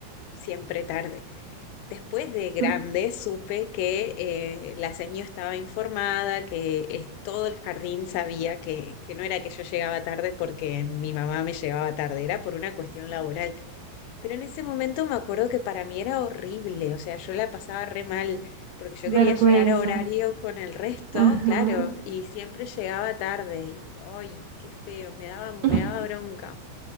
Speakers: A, on the left; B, on the right.
A: siempre tarde. Después de grande
B: mm,
A: supe que eh, la señora estaba informada, que eh, todo el jardín sabía que, que no era que yo llegaba tarde porque mi mamá me llevaba tarde, era por una cuestión laboral. Pero en ese momento me acuerdo que para mí era horrible, o sea, yo la pasaba re mal, porque yo quería
B: vergüenza,
A: llegar a horario con el resto,
B: ajá.
A: claro, y siempre llegaba tarde, y ¡ay, qué feo! Me daba,
B: <laughs>
A: me daba bronca.